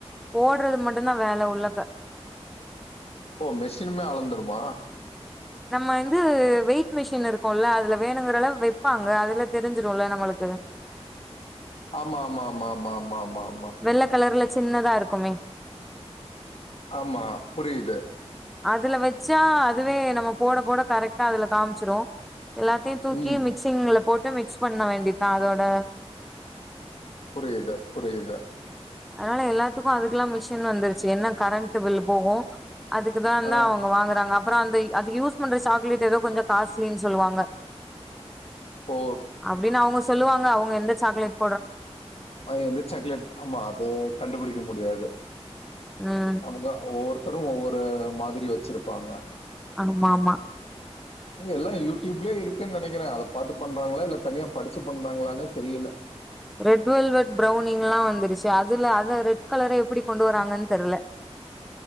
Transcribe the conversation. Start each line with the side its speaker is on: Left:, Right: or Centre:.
Centre: ஓட்றது மட்டுந்தா வேல உள்ளக்க
Left: ஒ மெஷின்னுமே அளந்துருமா
Centre: நம்ம இந்து வெயிட் மிஷின் இருக்குல்ல அதுல வேணுங்குறலவ் வெப்பாங்க அதுல தெரிஞ்சிருல நம்மளுக் கு
Left: ஆமா ஆமா ஆமா மா மா மா
Centre: வெள்ள கலர்ல சின்னதா இருக்குமே
Left: ஆமா புரியிது
Centre: அதுல வெச்சா அதுவே நம்ம போட போட கரெக்டா அதுல காம்ச்சிரு எல்லாத்யு தூக்கி
Left: ம்.
Centre: மிக்சிங்ல போட்டு மிக்ஸ் பண்ண வேண்டிதா அதோட
Left: புரியித புரியித
Centre: அதுனால எல்லாத்துக்கு அதுக்ல்லா மிஷின் வந்துருச்சு என்ன கரண்ட் பில் போகு அதுக்குதா
Left: ஆ
Centre: தா அவுங்க வாங்குறாங்க அப் அப்பற அந்தய் அதுக் யூஸ் பண்ற சாக்லேட் எதோ கொஞ்ச காஸ்ட்லின் சொல்லுவாங்க
Left: இப்போ
Centre: அப்புடின் அவுங்க சொல்லுவாங்க அவுங்க எந்த சாக்குலேட்
Left: அ எந்த சாக்லேட் அமா அது கண்டுபுடிக்க முட்யாது
Centre: ம்
Left: அவுங்க ஒவொருத்தரு ஒவ்வொரு மாதுரியோ ஸ்சிருப்பாங்க
Centre: ஆமா ஆமா
Left: எல்லா யூட்யூப்லே இருக்க நெனை கிற அத பாத்து பண்றாங்ளா இல்ல தனியா படிச்சு பண்றாங்ளானே தெரியில
Centre: ரெட் வெல்வெட் பிரௌன்னிங்லா வந்துருச்சு அதுல அத ரெட் கலர எப்புடி கொண்டுவராங்கனு தெர்ல